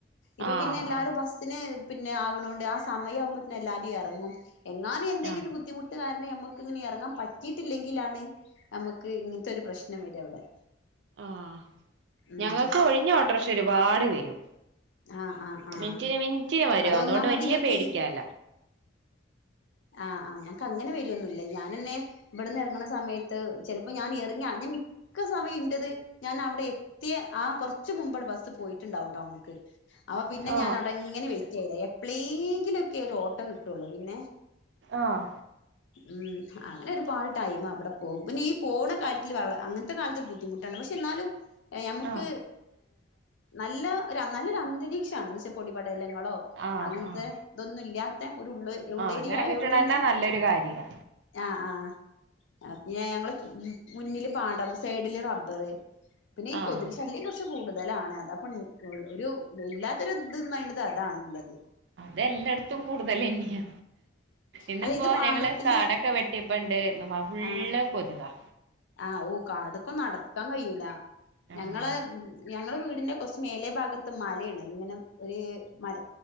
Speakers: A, on the left (about 75°); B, on the right (about 65°).
A: ഇപ്പൊ
B: ആ
A: പിന്നെ എല്ലാരും
B: ആ
A: ബസ്സിന് പിന്നെ ആക്ണോണ്ട് ആ സമയം ആകുമ്പോത്തിന് എല്ലാരും ഇറങ്ങും എങ്ങാനും എന്തെങ്കിലും
B: ആ
A: ഒരു ബുദ്ധിമുട്ട് കാരണം ഞമ്മക്ക് ഇങ്ങനെ ഇറങ്ങാൻ പറ്റിയിട്ടില്ലെങ്കിലാണ് നമുക്ക് ഇങ്ങനത്തെൊരു പ്രശ്നം വര അവിടെ
B: ആഹ്
A: ഉം
B: ഞങ്ങക്ക് ഒഴിഞ്ഞ ഓട്ട്രക്ഷ ഒരുപാട് വരും
A: ആഹ് ആഹ് ആഹ്
B: മിനിറ്റിന് മിനിറ്റിന് വരും
A: അത്
B: അതുകൊണ്ട്
A: ഒന്നാമത്
B: വലിയ
A: ഇങ്ങക്ക്
B: പേടിക്കാല്ല
A: ഈ ആഹ് ആ ഞങ്ങക്ക് അങ്ങനെ വരൊന്നുല്ല ഞാൻപിന്നെ ന ഇവിടുന്ന് ഇറങ്ങണ സമയത്ത് ചിലപ്പോ ഞാൻ എറങ്ങ ഞാൻ മിക്ക സമയം ഇന്റത് ഞാൻ അവിടെ എത്തിയ ആ കുറച് മുമ്പടെ ബസ്സ് പോയിട്ടുണ്ടാവും ടൗണി ക്ക് അവ പിന്നെ
B: ആ
A: ഞാനവിടെ ഇങ്ങനെ വെയ്റ്റെയ്യല എപ്പഴളെ ങ്കിലൊക്കെ ഒരു ഓട്ടോ കിട്ടുള്ളൂ പിന്നെ
B: ആഹ്
A: ഉം അങ്ങനെ ഒരുപാട് ടൈം അവിടെ പോകും പിന്നെ ഈ പോണ കാര്യത്തിൽ അങ്ങനത്തെ കാലത്ത് ബുദ്ധിമുട്ട് <unintelligible> പക്ഷെ ന്നാലും ഞമുക്ക്
B: ആ
A: നല്ല ഒരു നല്ലൊരു അന്തരീക്ഷാണ് പൊടിപടലങ്ങളോ
B: ആഹ്
A: അങ്ങനത്തെ
B: ആഹ്
A: ഇതൊന്നും ഇല്ലാത്ത ഒരു ഉള്ള ഉള്ളേരി
B: ആഹ് അങ്ങനെ
A: ആയോണ്ട്ന്നെ
B: കിട്ടണന്നെ നല്ലൊരു കാര്യാ
A: ആഹ് ആഹ് ആ പിന്നെ ഞങ്ങളെ മുന്നില് പാടം സൈഡില് റബ്ബർ പിന്നെ ഈ
B: ആഹ്
A: കൊതു ക് ശല്യം കുറച്ച് കുറച്ച് കൂടുതലാണ് അത് അപ്പം ഒരു ഇല്ലാത്തരു ഇതന് പറയണത് അതാണുള്ളത്
B: അതെല്ലായിടത്തും കൂടുതൽ തന്നെയ ഇന്നിപ്പോ
A: അല്ല ഇത് പാടത്തിന്റെ
B: ഞങ്ങള് കാടൊക്കെ വെട്ടിയപ്പണ്ട് ഫുള്ള്
A: ആഹ്
B: കൊതുകാ
A: ആഹ് ഓ കാട്ക്കും അട്ക്കാൻ കയൂല
B: ആഹ്
A: ഞങ്ങളെ ഞങ്ങളെ വീടിന്റെ കുറച്ച് മേലെ ഭാഗത്ത് മലയാണ് ഇങ്ങനെ ഒരു മല